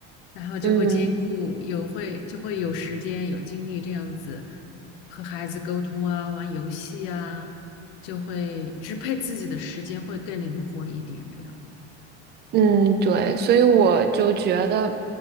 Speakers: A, on the left (about 65°); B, on the right (about 30°).
A: 然后就会兼顾有会就会有时间有精力这样子
B: 嗯
A: 和孩子沟通啊，玩游戏啊，就会支配自己的时间会更灵活一点，这样。
B: 嗯，对，所以我就觉得，